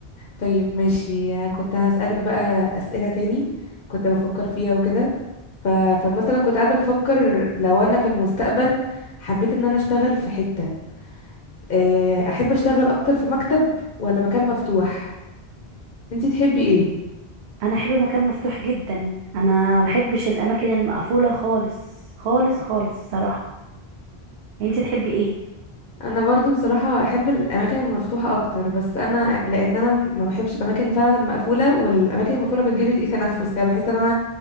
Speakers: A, on the left; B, on the right.
A: طيب ماشي كنت هسألك بقى أسئلة تاني كنت بفكر فيها وكده ف... فمثلا كنت قاعدة بفكر لو أنا في المستقبل حبيت إن أنا أشتغل في حتة آه، أحب أشتغل أكتر في مكتب ولا مكان مفتوح انتي تحبي إيه؟
B: انا احب مكان مفتوح جدا انا بحبش الاماكن المقفوله خالص خالص خالص الصراحه انتي تحبي ايه
A: أنا برضو بصراحة أحب الأماكن المفتوحة أكتر بس أنا لأن أنا ما بحبش الأماكن فعلا المقفولة والأماكن المقفولة بتجيلي ضيق تنفس كده بحس إن أنا